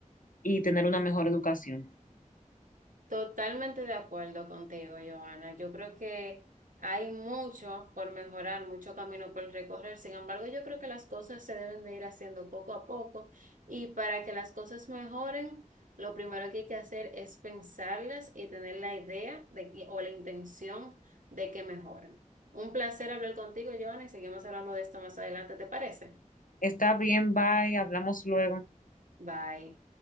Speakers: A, on the left; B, on the right.
A: y tener una mejor educación.
B: Totalmente de acuerdo contigo, Joana. Yo creo que hay mucho por mejorar, mucho camino por recorrer. Sin embargo, yo creo que las cosas se deben de ir haciendo poco a poco y para que las cosas mejoren, lo primero que hay que hacer es pensarlas y tener la idea de que, o la intención de que mejoren. Un placer hablar contigo, Joana, y seguimos hablando de esto más adelante, ¿te parece?
A: Está bien, bye, hablamos luego.
B: Bye.